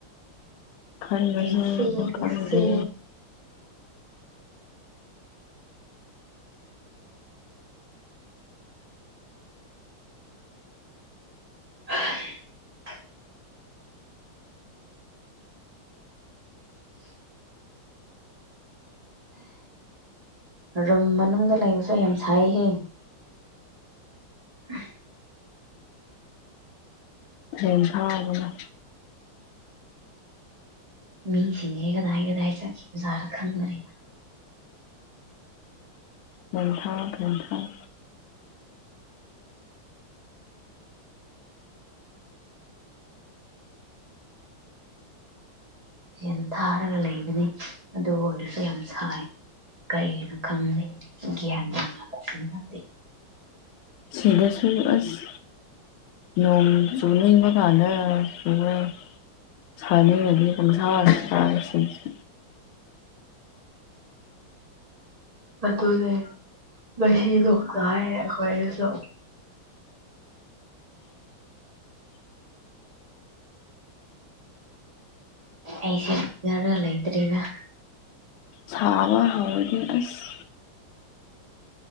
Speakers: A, on the left; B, on the right.
A: ꯈꯟꯕꯁꯦ
B: ꯂꯩꯁꯦ ꯂꯩꯁꯦ
A: ꯈꯪꯗꯦ
B: <inaudible> ꯔꯨꯝ ꯃꯅꯨꯡꯗ ꯂꯩꯕꯁꯨ ꯌꯥꯝ ꯁꯥꯏꯈꯤ <inaudible>
A: ꯑꯗꯨꯅ
B: ꯃꯤꯁꯤꯡꯁꯦ ꯀꯗꯥꯏ ꯀꯗꯥꯏ ꯆꯠꯈꯤꯕꯖꯥꯔ ꯈꯪꯗꯔꯦ
A: ꯉꯦꯟꯊꯧ ꯈꯦꯟꯊꯧ
B: ꯐꯦꯟ ꯊꯥꯔꯒ ꯂꯩꯕꯅꯤ ꯑꯗꯨ ꯑꯣꯏꯔꯁꯨ ꯌꯥꯝ ꯁꯥꯏ ꯀꯔꯤꯒꯤꯅꯣ ꯈꯪꯅꯩ ꯒ꯭ꯌꯥꯟ ꯃ ꯅꯗꯦ
A: ꯁꯤꯗ ꯁꯨꯔ ꯑꯁ ꯅꯣꯡ ꯁꯨꯅꯕ ꯀꯥꯟꯗ ꯁꯨꯅ ꯁꯥꯅꯤꯡꯕꯒꯤ ꯄꯣꯡꯁꯥ ꯁꯁꯤꯡꯁꯦ
B: ꯑꯗꯨ ꯇꯗꯦ ꯃꯁꯤꯗꯣꯛ ꯆꯥꯏ ꯑꯩꯈꯣꯏꯁꯨ
A: <inaudible>
B: ꯑꯩꯁꯦ ꯌꯥꯔꯒ ꯂꯩ ꯏꯗꯔꯤꯗ
A: ꯁꯥꯕ ꯍꯧꯅꯤ ꯑꯁ